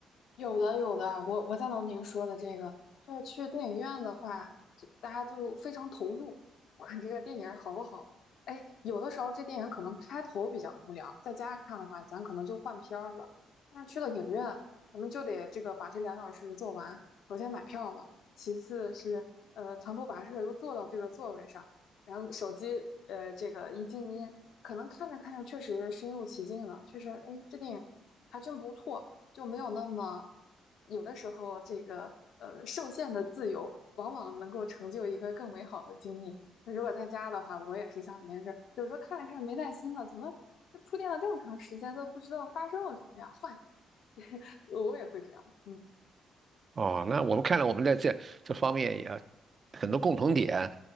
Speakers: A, on the left; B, on the right.
A: 有的有的，我我赞同您说的这个，就是去电影院的话，就大家就非常投入，<laughs> 不管这个电影好不好。哎，有的时候这电影可能开头比较无聊，在家看的话，咱可能就换片儿了。但是去了影院，咱们就得这个把这两小时做完。首先买票了，其次是呃长途跋涉又坐到这个座位上，然后手机呃这个一静音，可能看着看着确实身入其境了，确实哎这电影还真不错。就没有那么有的时候这个呃受限的自由，往往能够成就一个更美好的经历。那如果在家的话，我也是像你那是，有时候看着看着没耐心了，怎么就铺垫了这么长时间都不知道发生了什么呀？换，<laughs> 我也会这样。嗯，
B: 哦，那我们看来我们在这这方面也很多共同点，